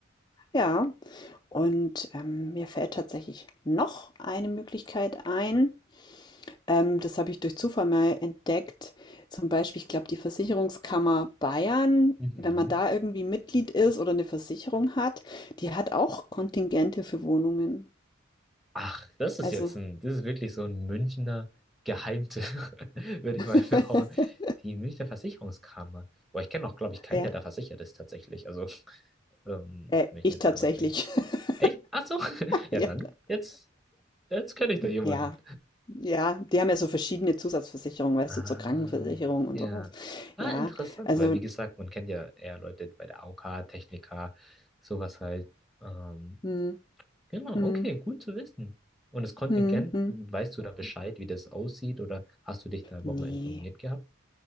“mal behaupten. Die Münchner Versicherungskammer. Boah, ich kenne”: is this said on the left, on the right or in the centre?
Centre